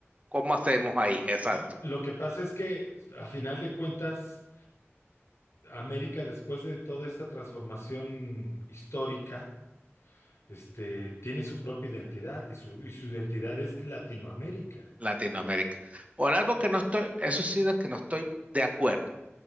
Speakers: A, on the right (about 30°); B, on the left (about 70°).
A: cómo hacemos ahí? Exacto,
B: Lo que pasa es que, a final de cuentas, América, después de toda esta transformación histórica, este, tiene su propia identidad y su, y su identidad es Latinoamérica.
A: Latinoamérica. Por algo que no estoy, eso sí de que no estoy de acuerdo,